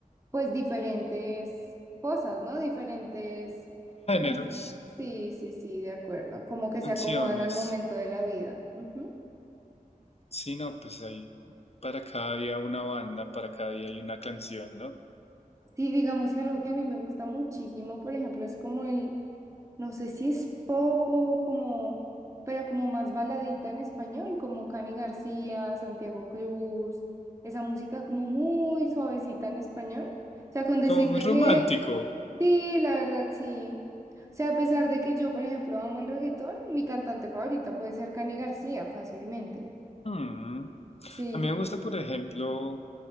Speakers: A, on the right; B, on the left.
A: pues diferentes cosas, ¿no? Diferentes...
B: géneros,
A: can- Sí, sí, sí, de acuerdo, como que
B: canciones,
A: se acomodan al momento de la vida. Ujú.
B: sí, no, pues ahí para cada día una banda, para cada día hay una canción, ¿no?
A: Sí, digamos que algo que a mí me gusta muchísimo, por ejemplo, es como el No sé si es pop o como, pero como más baladita en español, como Cani García, Santiago Cruz, esa música como muy suavecita en español. O sea, con decirte
B: Como muy romántico.
A: que sí, la verdad sí. O sea, a pesar de que yo, por ejemplo, amo el reggaetón, mi cantante favorita puede ser Cani García fácilmente.
B: Mm.
A: Sí,
B: A mí me gusta, por ejemplo,